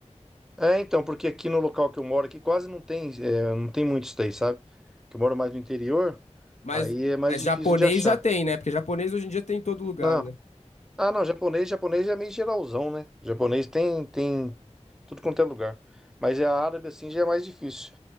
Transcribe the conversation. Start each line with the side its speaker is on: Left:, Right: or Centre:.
Centre: É, então, porque aqui no local que eu moro, aqui quase não tem, é, não tem muito isso daí, sabe? Que eu moro mais no interior,
Left: Mas,
Centre: aí é mais
Left: mas
Centre: difícil
Left: japonês
Centre: de achar.
Left: já tem, né? Porque japonês hoje em dia tem em todo lugar,
Centre: Não.
Left: né?
Centre: Ah, não, japonês, japonês é meio geralzão, né? Japonês tem, tem. tudo quanto é lugar. Mas é a árabe assim já é mais difícil.